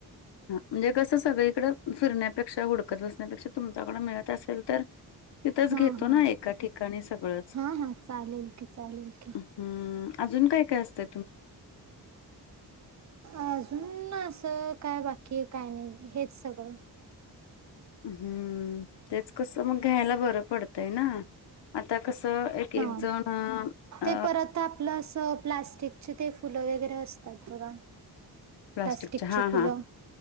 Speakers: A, on the left (about 85°); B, on the right (about 45°).
A: हा म्हणजे कसं सगळीकड फिरण्यापेक्षा हुडकत बसण्यापेक्षा तुमच्याकडं मिळतं असेल तर तिथंच घेतो
B: हा हा
A: ना एका ठिकाणी सगळंच,
B: हा हा चालेल की चालेल की
A: हम्म अजून काय काय असतं?
B: अजून असं काय बाकी काय नाही हेच सगळं.
A: हम्म, तेच कसं मग घ्यायला बरं पडतंय ना आता कसं एक
B: हा
A: एक जण अ
B: ते परत आपलं असं प्लास्टिकचे ते फुलं वगैरे असतात बघा
A: प्लास्टिकच्या
B: प्लास्टिकची
A: हा
B: फुलं
A: हा